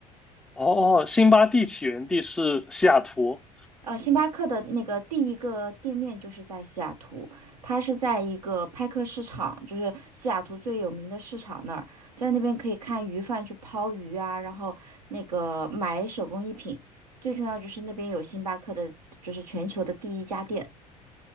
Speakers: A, in the centre; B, on the right (about 80°).
A: 哦，辛巴蒂起源地是西雅图。
B: 呃，星巴克的那个第一个店面就是在西雅图，它是在一个派克市场，就是西雅图最有名的市场那儿，在那边可以看鱼贩去抛鱼啊，然后那个买手工艺品，最重要就是那边有星巴克的，就是全球的第一家店。